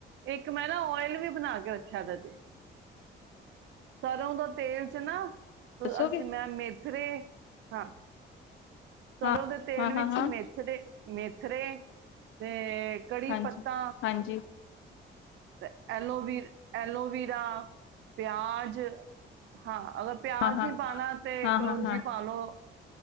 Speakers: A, on the right; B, on the left.
A: ਇੱਕ ਇੱਕ ਮੈਂ ਨਾ ਔਇਲ ਵੀ ਬਣਾ ਕੇ ਰੱਖਿਆ ਪਇਆ ਜੇ ਸਰ੍ਹੋਂ ਦਾ ਤੇਲ ਚ ਨਾ
B: ਦੱਸੋਗੇ
A: ਅਸੀਂ ਮੈਂ ਮੇ ਥਰੇ ਹਾਂ। ਸਰ੍ਹੋਂ
B: ਹਾਂ
A: ਦੇ ਤੇਲ
B: ਹਾਂ
A: ਵਿੱਚ
B: ਹਾਂ ਹਾਂ
A: ਮੇਥਰੇ ਮੇਰ ਥਰੇ ਤੇ ਕੜੀ
B: ਹਾਂਜੀ
A: ਪੱਤਾ
B: ਹਾਂਜੀ
A: ਤੇ ਐਲੋਵੀਰ ਐਲੋਵੀਰਾ, ਪਿਆਜ ਹਾਂ। ਅਗਰ ਪਿਆਜ਼
B: ਹਾਂ ਹਾਂ
A: ਨਹੀਂ ਪਾਣਾ ਤੇ
B: ਹਾਂ
A: ਕਲੋਂਜੀ
B: ਹਾਂ ਹਾਂ
A: ਪਾ ਲਓ।